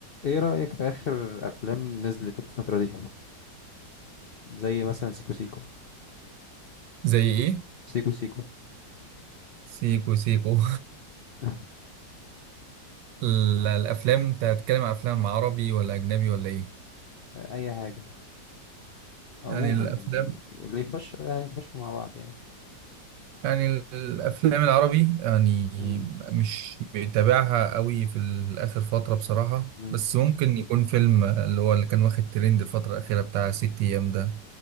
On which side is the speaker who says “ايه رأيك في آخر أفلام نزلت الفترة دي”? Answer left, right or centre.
Left